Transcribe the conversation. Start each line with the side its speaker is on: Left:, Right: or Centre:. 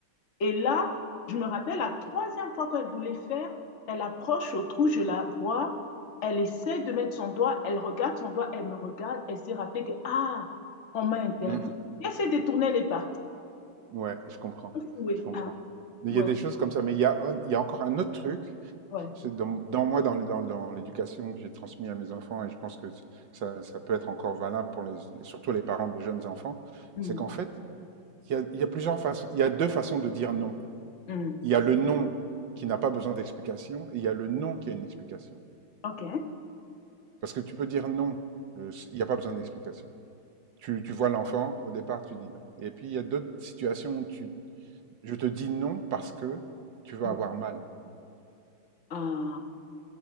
Left: Et là, je me rappelle, la troisième fois qu'elle voulait faire, elle approche au trou, je la vois, elle essaie de mettre son doigt, elle regarde son doigt, elle me regarde, elle s'est rappelée que, ah, on m'a interdit.
Right: Mmh mh.
Left: Elle s'est détournée les parties.
Right: Ouais, je comprends,
Left: Oui,
Right: je comprends.
Left: ah,
Right: Mais
Left: ouais,
Right: il y a des choses comme ça, mais il y a un il y a encore un autre truc,
Left: ouais.
Right: c'est dans dans moi, dans le dans dans l'éducation que j'ai transmis à mes enfants et je pense que ça ça peut être encore valable pour les surtout les parents de jeunes enfants,
Left: Hmm,
Right: c'est qu'en fait, il y a il y a plusieurs façons il y a 2 façons de dire non.
Left: hmm.
Right: Il y a le «non» qui n'a pas besoin d'explication et il y a le «non» qui a une explication.
Left: OK.
Right: Parce que tu peux dire «non», heu, il n'y a pas besoin d'explication. Tu tu vois l'enfant, au départ, tu dis «non» et puis il y a d'autres situations où tu Je te dis non parce que tu vas
Left: Hmm.
Right: avoir mal.
Left: Ah,